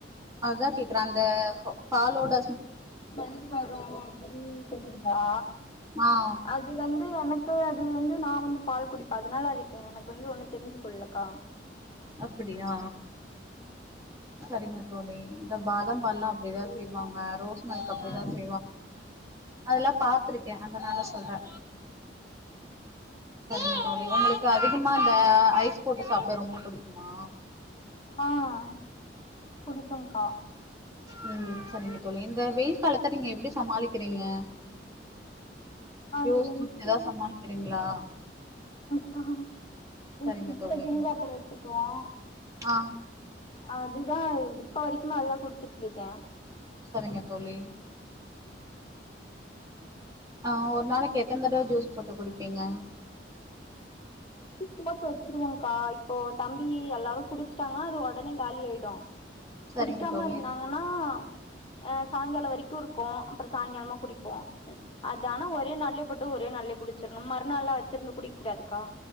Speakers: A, on the right; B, on the left.
A: அதா கேக்குறே அந்த போ பால்லோட
B: வென் வரு அப்டினு மா
A: ஆ
B: அது வந்து எனக் அது வந்து நா வந்து பால் குடிப்பே அதனால அதுக்கு எனக்கு ஒன்னு தெரிஞ்சு கொள்லக்கா
A: அப்டியா சரிங்க போனேன் இந்த பாதாம் பால்லா அப்டிதா செய்வாங்க ரோஸ் அதுக்கு அப்டிதா
B: ஆ
A: செய்வா அதெல்லா பாத்துருக்கே அதனால சொல்றே சரிங்க தோழி ஒங்ளுக்கு அதிகமா இந்த ஐஸ் போட்டு சாப்ட ரொம்ப புடிக்குமா
B: ஆஹ் புடிக்குக்கா
A: உம் சரிங்க தோழி இந்த வெயில் காலத்த நீங்க எப்டி சமாளிக்கிறீங்க
B: அது
A: டோஸ்
B: வந்துட்டு
A: முடிச்சுதா சமாளிக்கிறீங்களா
B: ஆஹ்
A: சரிங்க
B: ஃப்ரிட்ஜ்ல
A: தோழி
B: ஜில் பாத்ரோ வச்சுக்குவோ
A: ஆ
B: அதுதா இப்ப வரைக்குமே அது தா குடிச்சிட்ருக்கே
A: சரிங்க தோழி ஆஹ் ஒரு நாளைக்கு எத்தன தடவ ஜூஸ் போட்டு குடிப்பீங்க
B: உப்புகுள்ள போட்ருவேகா இப்போ தம்பி எல்லாரு குடிச்சிட்டாங்கனா அது ஒடனே காலி ஆயிடு
A: சரிங்க
B: குடிக்காம
A: தோழி
B: இருந்தாங்கன்னா ஆஹ் சாய்ங்காலோ வரைக்கு இருக்கு அப்றோ சாய்ங்காலமா குடிப்போ அதானே ஒரே நால்ல போட்டு ஒரே நாள்லே குடிச்சிர்னு மறு நால்லா வச்சிருந்து குடிக்கூடாதுக்கா